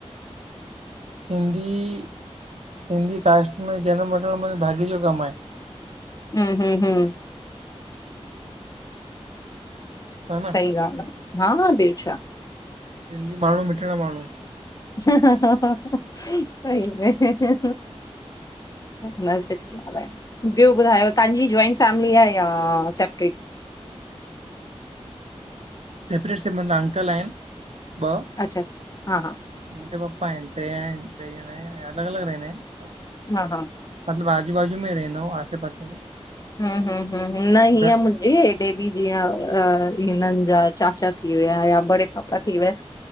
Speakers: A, on the right; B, on the left.
A: सिंधी, सिंधी कास्ट में जनम वठण माना भाॼी जो कम आ
B: हम-हम- हम
A: हा
B: सही
A: न
B: ॻाल् आ, हा ॿियो छा
A: सिंधी माण्हूं, मिठड़ा माण्हूं।
B: ह ह ह सईं मेह ह ह न स <inaudible> ॿियो ॿुधायो, तव्हांजी जॉइंट फैमिली आ या सेपरेट?
A: सेपरेट से माना अंकल आहिनि, ॿ
B: अच्छा, अच्छा, हा
A: मुंहिंजो पप्पा आएन, ट्रे आएन, ट्रे ॼणा ऐं अलॻ अलॻ रहदां आहिनि सभ
B: हा हा
A: मतिलबु, आजू बाजू में ई रहंदा आहिंयु आसे पासे में
B: हम हम हम न हिंयं
A: घर
B: म हेॾे बि जीअं अ हिनन जा चाचा थी विया या बड़े पापा थी विया